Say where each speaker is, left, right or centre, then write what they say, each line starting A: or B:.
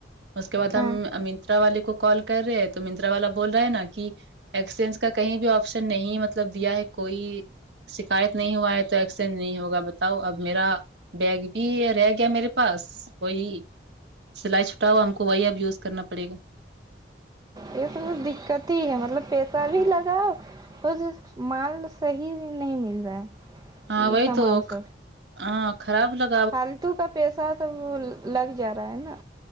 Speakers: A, on the right; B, on the right.
A: اس کے بعد ہم
B: ہاں
A: منترا والے کو کال کر رہے ہیں تو منترا والا بول رہا ہے نا کی ایکسچینج کا کہیں بھی آپشن نہیں مطلب دیا ہے کوئی شکایت نہیں ہوا ہے تو ایکسینج نہیں ہوگا بتاؤ اب میرا بیگ بھی رہ گیا میرے پاس وہی سلائی چھٹا ہوا ہم کو وہی اب یوز کرنا پڑیگا
B: یہ سب دقت ہی ہے مطلب پیسہ بھی لگاؤ پر مال صحیح نہیں مل رہا ہے
A: ہاں
B: یہ
A: وہی
B: سامان
A: تو
B: سب
A: ہاں خراب لگ
B: فالتو کا پیسہ تو وہ لگ جا رہا ہے نا